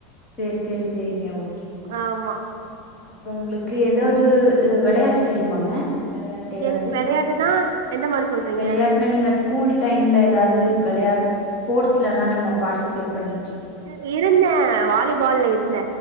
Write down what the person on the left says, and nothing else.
சேரி சேரி சேரிங்க ஓகேங்க
அப்றோ உங்ளுக்கு எதாது வெளையாட்டு தெரியுமாங்க வெளையாட்டு எதாது
வெளையாட்னா நீங்க கூல் டைம்ல எதாது வெளையாட் ஸ்போர்ட்ஸ்லெலா நீங்க பாட்டிசிபேட் பண்ணி